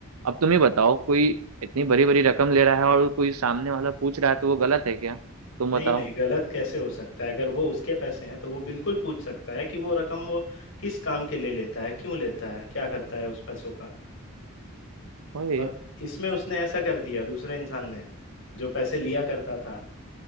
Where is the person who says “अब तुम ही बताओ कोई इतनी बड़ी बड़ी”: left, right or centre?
Right